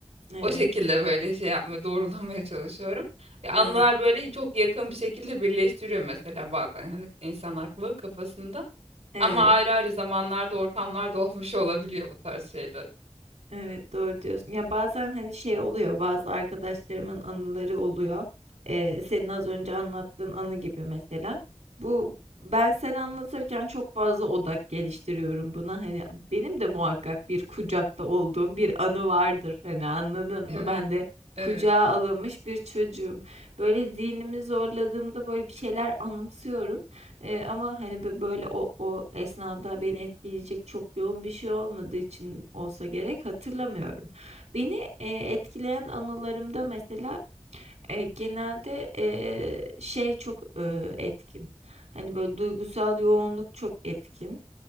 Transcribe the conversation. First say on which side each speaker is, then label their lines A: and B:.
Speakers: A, on the right; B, on the right.
A: Evet.
B: O şekilde böyle şey yapmaya, doğrulamaya çalışıyorum. E, anılar
A: Evet.
B: böyle çok yakın bir şekilde birleştiriyor mesela bazen hani insan aklı kafasında.
A: Evet.
B: Ama ayrı ayrı zamanlarda, ortamlarda <laughs> olmuş olabiliyor bu tarz şeyler.
A: Evet doğru diyorsun. Ya bazen hani şey oluyor bazı arkadaşlarımın anıları oluyor. Ee, senin az önce anlattığın anı gibi mesela. Bu ben sen anlatırken çok fazla odak geliştiriyorum buna. Hani benim de muhakkak bir kucakta olduğum bir anı vardır. Hani anladın
B: Evet.
A: mı? Ben de
B: Evet.
A: kucağa alınmış bir çocuğum. Böyle zihnimi zorladığımda böyle bir şeyler anımsıyorum. Eee, ama, hani, böyle o o esnada beni etkileyecek çok yoğun bir şey olmadığı için olsa gerek, hatırlamıyorum. Beni, eee, etkileyen anılarımda mesela, eee, genelde, eee, şey çok, eee, etkin, hani, böyle duygusal yoğunluk çok etkin.